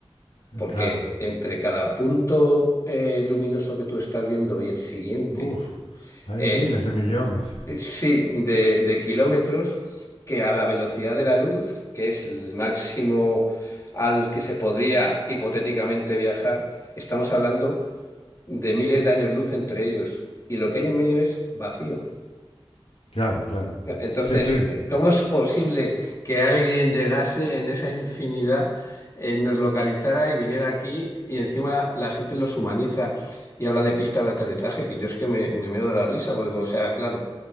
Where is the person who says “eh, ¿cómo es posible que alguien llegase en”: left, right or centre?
Left